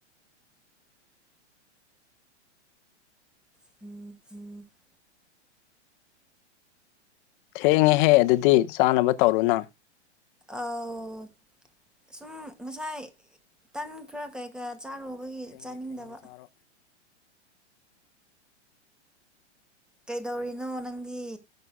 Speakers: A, in the centre; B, on the left.
A: <inaudible>
B: ꯊꯦꯡꯉꯦꯍꯦ ꯑꯗꯨꯗꯤ ꯆꯥꯅꯕ ꯇꯧꯔꫭꯅ
A: ꯑꯧ ꯁꯨꯝ ꯉꯁꯥꯏ ꯇꯟ ꯈꯔ ꯀꯩ ꯀꯌꯥ ꯆꯥꯔꯨꯕꯒꯤ
B: ꯊꯦꯡꯉꯦ
A: ꯆꯥꯅꯤꯡꯗꯕ
B: ꯊꯦꯡꯉꯦ ꯆꯥꯔꯣ
A: ꯀꯩꯗꯧꯔꯤꯅꯣ ꯅꯪꯗꯤ